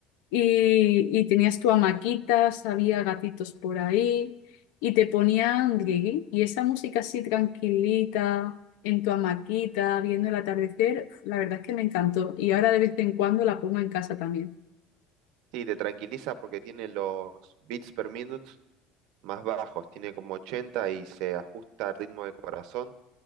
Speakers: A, on the left; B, on the right.
A: y, y tenías tu hamaquitas, había gatitos por ahí, y te ponían reggae, y esa música así tranquilita, en tu hamaquita, viendo el atardecer, la verdad es que me encantó, y ahora de vez en cuando la pongo en casa también.
B: Sí, te tranquiliza porque tiene los beats per minute más bajos, tiene como 80 y se ajusta al ritmo del corazón,